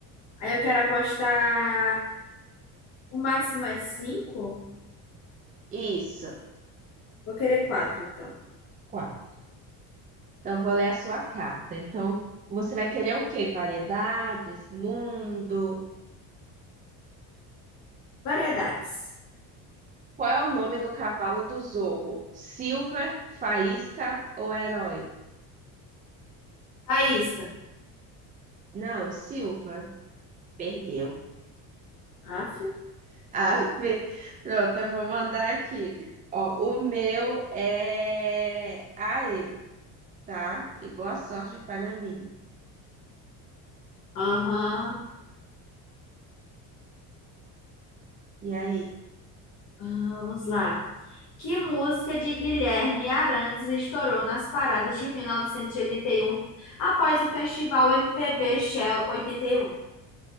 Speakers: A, on the left; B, on the right.
A: Aí eu quero apostar. O máximo é cinco?
B: Isso.
A: Vou querer quatro, então.
B: Quatro. Então, eu vou ler a sua carta. Então, você vai querer o quê? Variedades, mundo?
A: Variedades.
B: Qual é o nome do cavalo do Zorro? Silver, Faísca ou Herói?
A: Faísca.
B: Não, Silver. Perdeu.
A: Aff.
B: <laughs> Ave. Pronto, eu vou mandar aqui. Ó, o meu é Aê, tá? E boa sorte para mim.
A: Aham.
B: E aí?
A: Ah, vamos lá. Que música de Guilherme Arantes estourou nas paradas de 1981 após o festival MPB Shell 81?